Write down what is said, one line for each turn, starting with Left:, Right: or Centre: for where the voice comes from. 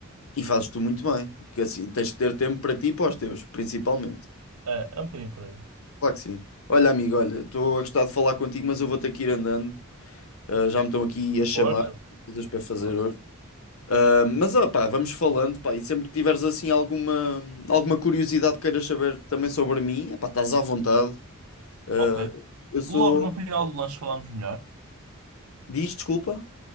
Left: E fazes tu muito bem, que assim tens de ter tempo para ti e para os teus, principalmente.
Right: É, é um bocadinho por aí.
Left: Claro que sim. Olha, amigo, olha, estou a gostar de falar contigo, mas eu vou ter que ir andando. Ah, já me estão aqui a chamar,
Right: Força,
Left: tenho coisas para fazer
Right: força.
Left: hoje. Ah, mas, ó, pá, vamos falando, pá, e sempre que tiveres assim alguma, alguma curiosidade que queiras saber também sobre mim, é pá, estás à vontade. Ah,
Right: Ok.
Left: eu sou.
Right: Logo no final do lanche falamos melhor.
Left: Diz, desculpa.